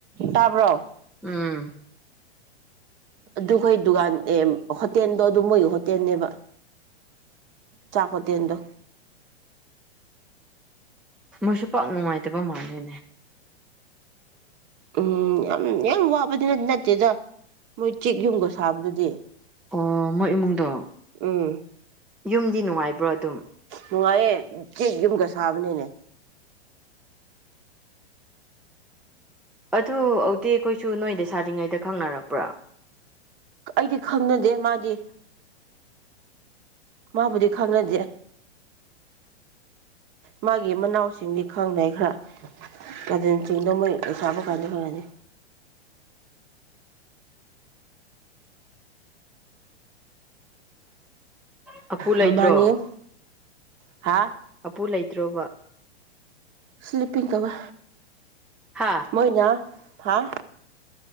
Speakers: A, on the right; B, in the centre.
A: ꯇꯥꯕ꯭ꯔꯣ
B: ꯎꯝ
A: ꯑꯗꯨ ꯈꯣꯏ ꯗꯨꯒꯥꯟ ꯑꯦ ꯍꯣꯇꯦꯟꯗꯣ ꯑꯗꯨ ꯃꯣꯏꯒꯤ ꯍꯣꯇꯦꯟꯅꯦꯕ ꯆꯥꯛ ꯍꯣꯇꯦꯟꯗꯣ
B: ꯃꯣꯏꯁꯨ ꯄꯥꯛ ꯅꯨꯡꯉꯥꯏꯇꯕ ꯃꯥꯂꯦꯅꯦ
A: ꯎꯝ ꯌꯥꯝ ꯌꯥꯝ ꯋꯥꯕꯗꯤꯅꯗꯤ ꯅꯠꯇꯦꯗ ꯃꯣꯏ ꯆꯦꯛ ꯌꯨꯝꯒ ꯁꯥꯕꯗꯨꯗꯤ
B: ꯑꯣ ꯃꯣꯏ ꯏꯃꯨꯡꯗꯣ
A: ꯎꯝ
B: ꯌꯨꯝꯗꯤ ꯅꯨꯡꯉꯥꯏꯕ꯭ꯔꯣ ꯑꯗꯨꯝ
A: ꯅꯨꯡꯉꯥꯏꯌꯦ ꯆꯦꯛ ꯌꯨꯝꯒ ꯁꯥꯕꯅꯤꯅꯦ
B: ꯑꯗꯨ ꯑꯧꯇꯤ ꯈꯣꯏꯁꯨ ꯅꯣꯏ ꯂꯩꯁꯥꯔꯤꯉꯩꯗ ꯈꯪꯅꯔꯛꯄ꯭ꯔꯥ
A: ꯑꯩꯗꯤ ꯈꯪꯅꯗꯦ ꯃꯥꯗꯤ ꯃꯥꯕꯨꯗꯤ ꯈꯪꯅꯗꯦ ꯃꯥꯒꯤ ꯃꯅꯥꯎꯁꯤꯡꯗꯤ ꯈꯪꯅꯩ ꯈꯔ ꯗꯦꯟꯁꯤꯡꯗꯣ ꯃꯣꯏ ꯂꯩ ꯁꯥꯥꯕ ꯀꯥꯟꯗ ꯐꯔꯅꯤ
B: ꯑꯄꯨ ꯂꯩꯇ꯭ꯔꯣ
A: ꯃꯃꯥꯅꯤ ꯍꯥꯥ
B: ꯄꯨ ꯂꯩꯇ꯭ꯔꯣꯕ
A: ꯁ꯭ꯂꯤꯞꯄꯤꯡ ꯀꯧꯋꯦ
B: ꯍꯥ
A: ꯃꯣꯏꯅꯥ ꯍꯥꯥ